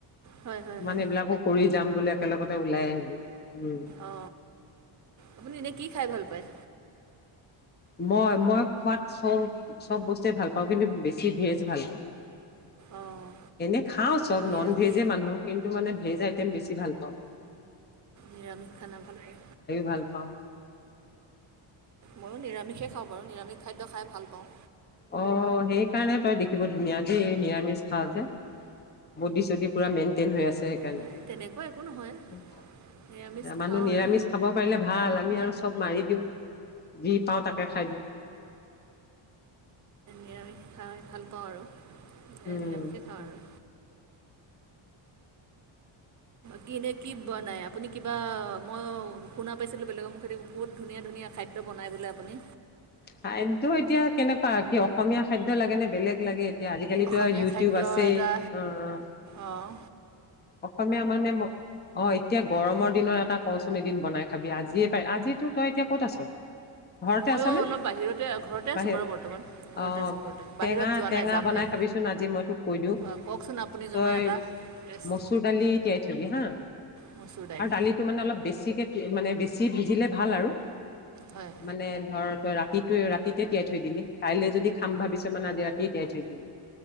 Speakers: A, on the right; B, on the left.
A: হয় হয়
B: মানে
A: হয়
B: এইবিলাকো কৰি যাম বুলি, একেলগতে ওলাই আহিলো। উম
A: অ। আপুনি এনে কি খাই ভাল পায়?
B: মই, মই খোৱাত চব-চব বস্তুৱে ভাল পাওঁ। কিন্তু বেছি ভেজ ভাল পাওঁ।
A: অঁ
B: এনে খাওঁ চব।
A: নিৰামিষ
B: ননভেজে মানুহ কিন্তু মানে ভেজ আইটেম বেছি ভাল অহ
A: নিৰামিষ খানা ভাল লাগে।
B: ভাল পাওঁ
A: ময়ো নিৰামিষে খাওঁ বাৰু। নিৰামিষ খাদ্য খাই ভাল পাওঁ।
B: অ' হেই কাৰণে তই দেখিব ধুনীয়া দেই, এই নিৰামিষ খাৱ যে বডি-চডি পুৰা মেইনটেইন হৈ আছে। সেইকাৰণে
A: নাই তেনেকুৱা একো নহয় নিৰামিষ
B: মানুহ
A: খাওঁ
B: নিৰামিষ
A: আৰু
B: খাব পাৰিলে ভাল। আমি আৰু চব মাৰি দিওঁ। যি পাওঁ তাকে খাই দিওঁ।
A: নিৰামিষ খাই ভাল পাওঁ আৰু। এ
B: উম
A: নিৰামিষে খাওঁ আৰু কি এনেই কি বনাই আপুনি কিবা মই শুনা পাইছিলোঁ বেলেগৰ মুখেদি বহুত ধুনীয়া-ধুনীয়া খাদ্য বনাই বোলে আপুনি।
B: খাদ্য এতিয়া কেনেকুৱা কি অসমীয়া খাদ্য লাগে নে বেলেগ লাগে? এতিয়া আজিকালিতো
A: অসমীয়া
B: আৰ ইউটিউব
A: খাদ্যৰ
B: আছেই।
A: এটা
B: অহ
A: অঁ
B: অসমীয়া মানে অ এতিয়া গৰমত এদিনৰ এটা ক'চোন এদিন বনাই খাবি। আজিয়ে পাৰি--আজিতো তই এতিয়া ক'ত আছ? ঘৰতে
A: ময়ো
B: আছনে
A: অলপ বাহিৰতে। ঘৰতে
B: বাহিৰ
A: আছো বাৰু বৰ্তমান। ঘৰতে
B: অ
A: আছো, ঘৰতে।
B: টেঙা
A: বাহিৰত যোৱা
B: টেঙা
A: নাই। যামহে।
B: বনাই খাবিচোন আজি মই তোক কৈ দিওঁ
A: অ'কওকচোন আপুনি
B: তই
A: জনা এটা ৰেচ-
B: মচুৰ দালি তিয়াই থবি হা
A: মচুৰ দাইল
B: আৰু দালিটো মানে অলপ বেছিকে মানে বেছি ভিজিলে ভাল আৰু।
A: হয়
B: মানে ধৰ তই ৰাতি তই ৰাতিতে তিয়াই থৈ দিলি কাইলৈ যদি খাম ভাবিছ মানে আজি ৰাতিয়ে তিয়াই থৈ দিলি